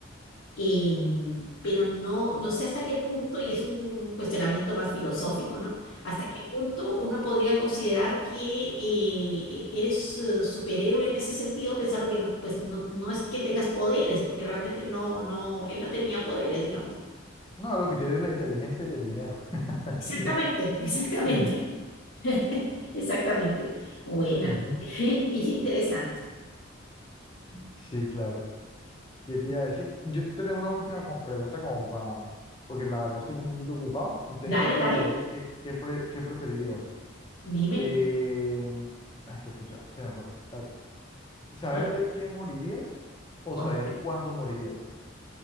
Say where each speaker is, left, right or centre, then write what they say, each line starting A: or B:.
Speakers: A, on the left; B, on the left.
A: em, pero no, no sé hasta qué punto, y es un cuestionamiento más filosófico, ¿no? Hasta qué punto uno podría considerar que eh, e- eres eh, superhéroe en ese sentido, pensando que no, pues no, no es que tengas poderes, porque realmente no, no, él no tenía poderes, digamos.
B: No, lo que tiene es la inteligencia y el dinero. <laughs>
A: Exactamente, <laughs> exactamente.
B: Sí,
A: <laughs> Exactamente. Buena.
B: ujú,
A: <laughs> Mira, interesante.
B: Sí, claro. ¿Qué te iba a decir? Yo te tengo una última co- pregunta como para, porque la verdad estoy un poquito ocupado. Entonces,
A: Dale,
B: ¿qué preferirí-
A: dale.
B: qué, qué pre- qué preferirías?
A: Dime.
B: Eh, Ay, fue pucha, se me fue. Espérate. ¿Saber
A: No te-
B: de qué morirías o
A: ok.
B: saber cuándo morirías?